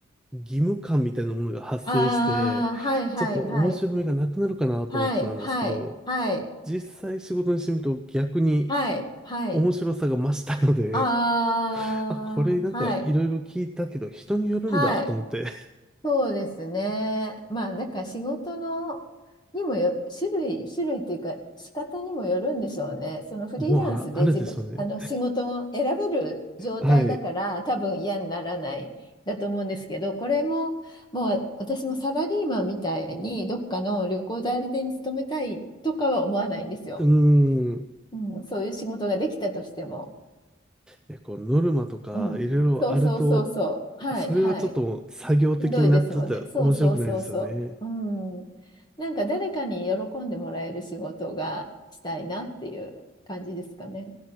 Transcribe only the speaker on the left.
ああ、はい、はい、
はい。はい、はい、はい、
はい、はい。
ああ、
はい、はい。そうですね。まあ、だから仕事のにもよ、種類、種類っていうか、仕方にもよるんでしょうね。そのフリーランスで自分、
あの仕事を選べる状態だから、
多分嫌にならないだと思うんですけど、これも、もう私もサラリーマンみたいに、どっかの旅行代理店に勤めたいとかは思わないんですよ。
うん、そういう仕事ができたとしても。
うん、
そうそうそうそう。はいはい。
しんどいですもんね。そうそうそうそう。うん。なんか誰かに喜んでもらえる仕事がしたいなっていう感じですかね。